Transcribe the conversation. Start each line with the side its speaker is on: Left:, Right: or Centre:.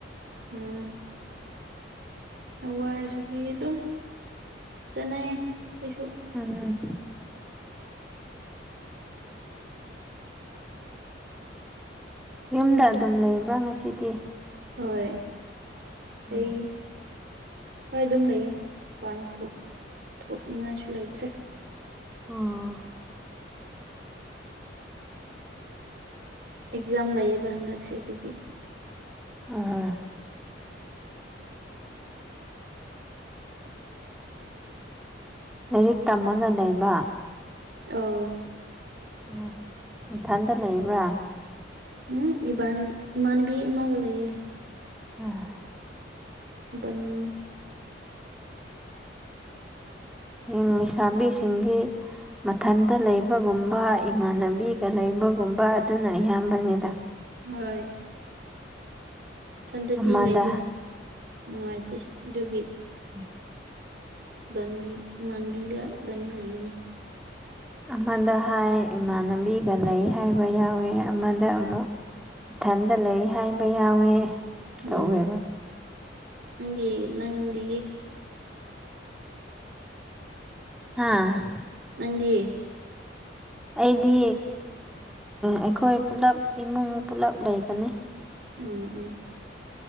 Right: ꯎꯝ ꯍꯋꯥꯏ ꯁꯧꯒ꯭ꯔꯤ ꯑꯗꯨꯝ ꯆꯠꯅꯩ ꯑꯩꯁꯨ
Centre: ꯎꯝ ꯌꯨꯝꯗ ꯑꯗꯨꯝ ꯂꯩꯕ꯭ꯔꯥ ꯉꯁꯤꯗꯤ
Right: ꯍꯣꯏ ꯑꯩ
Centre: ꯎꯝ
Right: ꯍꯣꯏ ꯑꯗꯨꯝ ꯂꯩꯌꯦ ꯄꯥꯟ ꯊꯣꯛ ꯊꯣꯛꯅꯤꯡꯉꯥꯏꯁꯨ ꯂꯩꯇ꯭ꯔꯦ
Centre: ꯑꯣ
Right: ꯑꯦꯛꯖꯥꯝ ꯂꯩꯌꯦꯕ ꯍꯟꯗꯛꯁꯦ ꯑꯗꯨꯒꯤ
Centre: ꯑꯥ ꯂꯥꯏꯔꯤꯛ ꯇꯝꯃꯒ ꯂꯩꯩꯕ
Right: ꯑꯣ
Centre: ꯎꯝ ꯅꯊꯟꯇꯥ ꯂꯩꯕ꯭ꯔꯥ
Right: ꯍꯨꯝ ꯏꯕꯥ ꯏꯃꯥꯟꯅꯕꯤ ꯑꯃꯒ ꯂꯩꯌꯦ
Centre: ꯎꯝ
Right: ꯏꯕꯥꯅꯤ
Centre: ꯎꯝ ꯂꯩꯁꯥꯕꯤꯁꯤꯡꯗꯤ ꯃꯊꯟꯇ ꯂꯩꯕ ꯕꯒꯨꯝꯕ ꯏꯃꯥꯟꯅꯕꯤꯒ ꯂꯩꯕꯒꯨꯝꯕ ꯑꯗꯨꯅ ꯑꯌꯥꯝꯕꯅꯤꯗ
Right: ꯍꯣꯏ ꯏꯊꯟꯇꯥꯗꯤ
Centre: ꯑꯃꯗ
Right: ꯂꯩꯕ ꯅꯨꯡꯉꯥꯏꯇꯦ ꯑꯗꯨꯒꯤ
Centre: ꯎꯝ
Right: ꯏꯕꯥꯟꯅꯕꯤ ꯏꯃꯥꯟꯕꯤꯒ ꯏꯕꯥꯅꯤ ꯂꯩꯃꯤꯟꯅꯩ
Centre: ꯑꯃꯗ ꯍꯥꯏ ꯏꯃꯥꯟꯅꯕꯤꯒ ꯂꯩ ꯍꯥꯏꯕ ꯌꯥꯎꯋꯦ ꯑꯃꯗ ꯑꯃꯨꯛ ꯏꯊꯟꯗ ꯂꯩ ꯍꯥꯏꯕ ꯌꯥꯎꯋꯦ ꯇꯧꯋꯦꯕ
Right: ꯎꯝ ꯅꯪꯗꯤ ꯅꯪꯒꯤꯗꯤ
Centre: ꯍꯥꯥ
Right: ꯅꯪꯗꯤ
Centre: ꯑꯩꯗꯤ ꯑꯩꯈꯣꯏ ꯄꯨꯜꯂꯞ ꯏꯃꯨꯡ ꯄꯨꯜꯂꯞ ꯂꯩꯕꯅꯦ
Right: ꯎꯝ ꯎꯝ